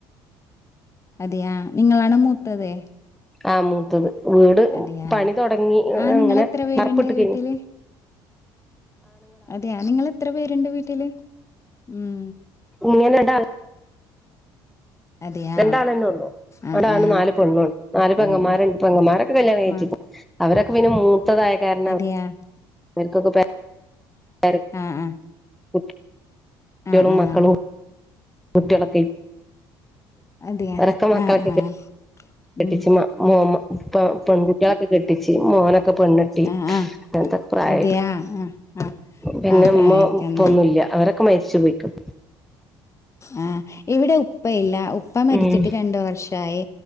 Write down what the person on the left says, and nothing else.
അതെയാ നിങ്ങളാണ് മൂത്തത്
അതെയാ
ആ നിങ്ങൾ
എത്ര പേരുണ്ട്
വീട്ടില് അതെയ നിങ്ങളെത്ര പേര്ണ്ട് വീട്ടില് ഉം
അതെയാ
ആ
ആ
അതെ
ആ
നിയാ
ആ ആ
ആ
ആ
അതെയ
ആഹ് ആഹ്
ഉം
ആഹ് ആഹ്
അതെയ ആഹ് ആഹ്
ആഹ് പ്രായക്കന്ന്
ആഹ് ഇവിടെ ഉപ്പയില്ല ഉപ്പ മരിച്ചിട്ട്
രണ്ട് വർഷായി